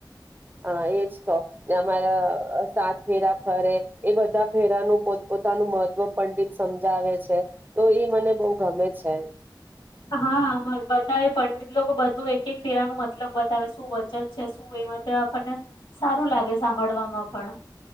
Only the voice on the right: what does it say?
હા એજ તો ને અમારા સાત ફેરા ફરે એ બધા ફેરાનું પોતપોતાનું મહત્ત્વ પંડિત સમજાવે છે તો એ મને બહ ગમે છે